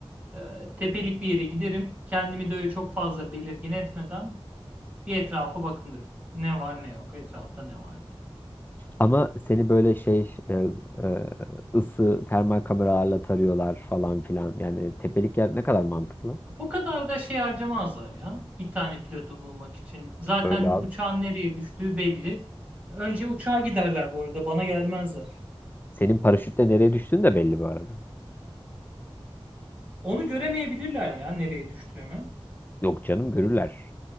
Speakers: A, on the right; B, on the left.
A: Ee, tepelik bir yere giderim. Kendimi de öyle çok fazla belirgin etmeden bir etrafa bakınırım. Ne var ne yok, etrafta ne var diye.
B: Ama seni böyle şey e, e, ısı termal kameralarla tarıyorlar falan filan. Yani tepelik yer ne kadar mantıklı?
A: O kadar da şey harcamazlar ya. Bir tane pilotu bulmak için. Zaten
B: Öyle abi.
A: uçağın nereye düştüğü belli. Önce uçağa giderler bu arada. Bana gelmezler.
B: Senin paraşütle nereye düştüğün de belli bu arada.
A: Onu göremeyebilirler ya nereye düştüğümü.
B: Yok canım görürler.